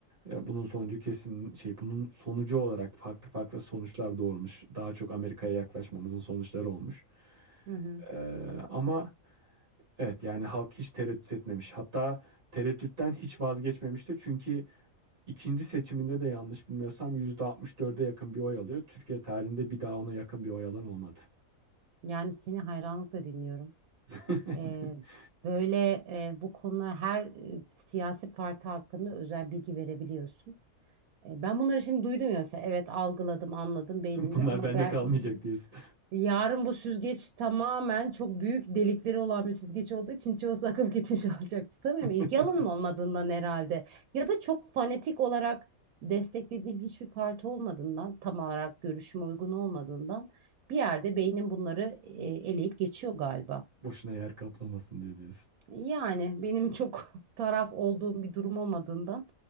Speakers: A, on the right; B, on the right.
A: E, Bunun sonucu kesin şey bunun sonucu olarak farklı farklı sonuçlar doğurmuş. Daha çok Amerika'ya yaklaşmamızın sonuçları olmuş.
B: Hı hı.
A: E, ama evet yani halk hiç tereddüt etmemiş. Hatta tereddütten hiç vazgeçmemişti. Çünkü ikinci seçiminde de yanlış bilmiyorsam %64'e yakın bir oy alıyor. Türkiye tarihinde bir daha ona yakın bir oy alan olmadı.
B: Yani seni hayranlıkla dinliyorum.
A: <laughs>
B: E, böyle e, bu konuda her e, siyasi parti hakkında özel bilgi verebiliyorsun. E, ben bunları şimdi duydum ya mesela evet algıladım anladım beynimde
A: Bunlar
B: ama
A: bende
B: ben
A: kalmayacak diyorsun.
B: yarın bu süzgeç tamamen çok büyük delikleri olan bir süzgeç olduğu için çoğu akıp gitmiş <laughs> olacak. Tutamıyorum
A: <laughs>
B: İlgi alanım olmadığından herhalde ya da çok fanatik olarak desteklediğim hiçbir parti olmadığından tam olarak görüşüme uygun olmadığından bir yerde beynim bunları e, eleyip geçiyor galiba.
A: Boşuna yer kaplamasın diyor diyorsun.
B: Yani benim çok <laughs> taraf olduğum bir durum olmadığından